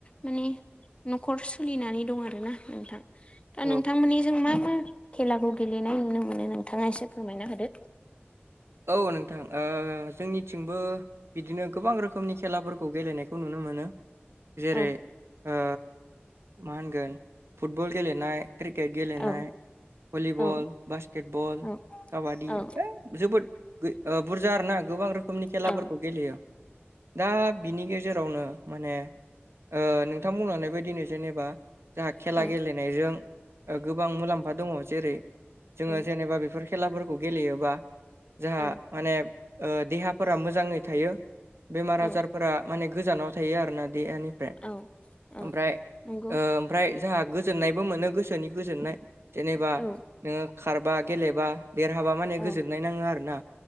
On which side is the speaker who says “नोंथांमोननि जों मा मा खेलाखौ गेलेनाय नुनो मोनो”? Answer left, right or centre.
Left